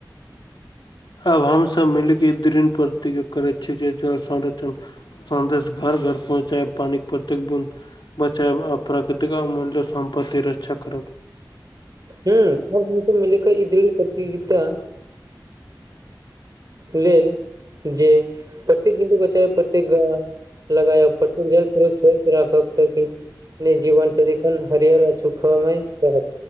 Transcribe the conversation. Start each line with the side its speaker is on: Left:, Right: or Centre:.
Left: आब हमसभ मिलके द प्रत करै छियै जे जल संर्षण सदेश घर घर पहुँचाए पानि प्रतेक बुद बचायब आ प्राकृतिक अमूल्य सम्पति रक्षा करब।
Right: ह आब हमस मिल का ई दृढ़ प्रतियोगिता लेल जे प्रत्येक बिन्दु ब्च प्रत्येक- लगाय पट जल्रो स्वस्छ राख अब तक ही जीवन सदीन हरियर आ सुखमय रहत